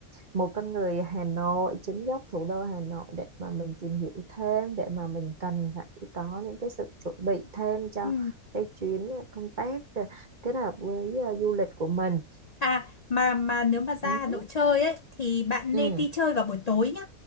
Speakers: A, on the right (about 35°); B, on the left (about 75°).
A: một con người Hà Nội chính gốc thủ đô Hà Nội để mà mình tìm hiểu thêm để mà mình cần phải có những cái sự chuẩn bị thêm cho
B: Ừ.
A: cái chuyến à, công tác kết hợp với ờ, du lịch của mình
B: À mà mà nếu mà ra
A: ừ.
B: Hà Nội chơi ấy thì bạn
A: ừ
B: nên đi chơi vào buổi tối nhá.